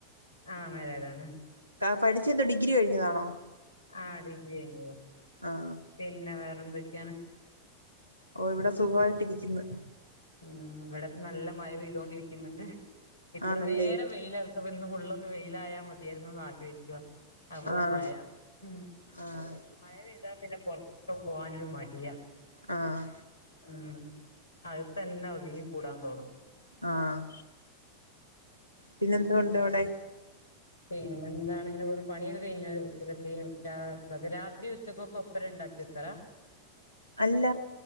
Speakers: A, on the left; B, on the right.
A: ആ മാരേഡാണ്.
B: പഠിച്ചെ എന്താ? ഡിഗ്രി കഴിഞ്ഞതാണോ?
A: ആ ഡിഗ്രി കഴിഞ്ഞതാ.
B: ആഹ്
A: പിന്നെ വേ എന്തൊക്കെയാണ്?
B: ഓ ഇവടെ സുഖവായിട്ടിരിക്ക്ന്ന്‌.
A: ഉം ഇവിടെപ്പം നല്ല മഴ പെയ്തോണ്ടിരിക്ക്ന്ന്ണ്ട്. ഇത്ര
B: ആണല്ലേ
A: നേരം വെയിലറ്ച്ചപ്പോ ഇന്ന് ഫുള്ളും ഇന്ന് വെയിലായാ മതിയായിരുന്നൂന്ന് ആഗ്രഹി താ അപ്പ ദാ
B: ആഹ്
A: മഴയാണ്. ഉം
B: ആഹ്
A: മഴ പെയ്താ പിന്നെ പൊറത്ത് പോവാനൊരു മടിയാ
B: ആഹ്
A: ഉം അയ് തന്നെ ഒതുങ്ങി കൂടാൻ തോന്നും
B: ആഹ പിന്നെന്തണ്ട് അവിടെ
A: പിന്നെ എന്താണ് ഇങ്ങെ പോലെ പണിയൊക്കെ കഴിഞ്ഞാല് ഉച്ചക്കക്ക രാത്രി ഉച്ചക്കൊക്കെ ഒപ്പരം ഉണ്ടാക്കി വെക്കരാ
B: അല്ല